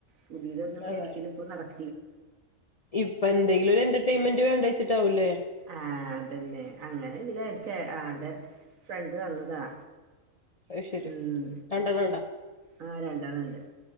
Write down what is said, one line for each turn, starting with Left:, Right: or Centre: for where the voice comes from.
Right: പുതിയതന്നെ മേഡിക്കൽ
Left: അതെ
Right: ഇപ്പൊ നടക്ക
Left: ഇപ്പൊ എന്തെങ്കിലും ഒരു എന്റർടൈയിൻമെന്റ് വേണ്ട വച്ചിട്ടാവൂല്ലേ
Right: ആഹ അതെെ പിന്നെ അങ്ങനെല്ലരിച്ച ആടെ ഫ്രണ്ട് തന്നതാ
Left: അ ശരി
Right: ഉം
Left: രണ്ടാടണ്ടാ
Right: ആ രണ്ടെണ്ണണ്ട്